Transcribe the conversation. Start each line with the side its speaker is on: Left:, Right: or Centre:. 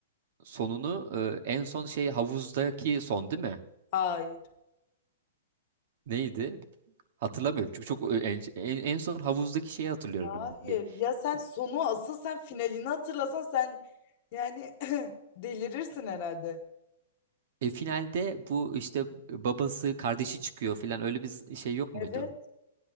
Right: Sonunu e, en son şey havuzdaki son değil mi?
Left: Hayır.
Right: Neydi? Hatırlamıyorum çünkü çok ö- en, en en son havuzdaki şeyi hatırlıyorum
Left: Hayır.
Right: bir.
Left: Ya sen sonu asıl sen finalini hatırlasan sen yani <clears throat> delirirsin herhalde.
Right: E finalde bu işte babası kardeşi çıkıyor filan öyle bir s- şey yok
Left: Evet.
Right: muydu?